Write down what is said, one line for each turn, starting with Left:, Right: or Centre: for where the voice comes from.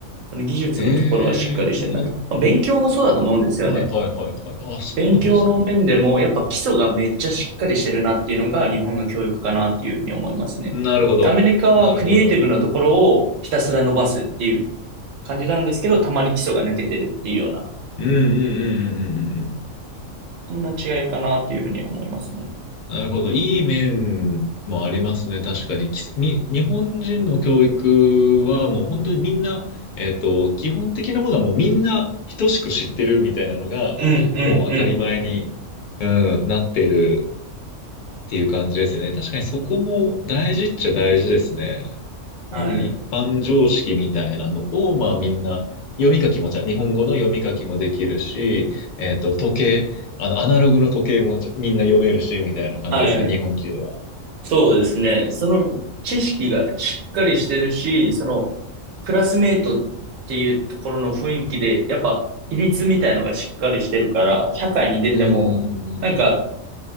Right: その技術のところはしっかりしてるなと。
Left: ええー
Right: まあ勉強もそうだと思うんですよね。
Left: あ、はいはいはいはい。あ、そうなんですね。
Right: 勉強の面でも、やっぱ基礎がめっちゃしっかりしてるなっていうのが日本の教育かなっていうふうに思いますね。
Left: なるほど。
Right: アメリカはクリエイティブなところをひたすら伸ばすっていう
Left: なるほど、なるほど。
Right: 感じなんですけど、たまに基礎が抜けてるっていうような、
Left: うんうんうんうんうんうんうん。
Right: こんな違いかなっていうふうに思いますね。
Left: なるほど。いい面もありますね。確かに。きみ、日本人の教育はもう本当にみんな、えっと、基本的なものはもうみんな等しく知ってるみたいなのが、
Right: うん、うん、
Left: もう当たり前に、
Right: うん。
Left: うん、なってるっていう感じですよね。確かにそこも大事っちゃ大事ですね。
Right: はい。
Left: うん一般常識みたいなのを、まあみんな、読み書きもちゃん、日本語の読み書きもできるし、えっと、時計、あの、アナログの時計もちゃみんな読めるし、みたいな感じですよ、
Right: はい。
Left: 日本人は。
Right: そうですね。その知識がしっかりしてるし、そのクラスメイトっていうところの雰囲気で、やっぱ比率みたいのがしっかりしてるから、社会に出ても、
Left: うんうんうんうん
Right: なんか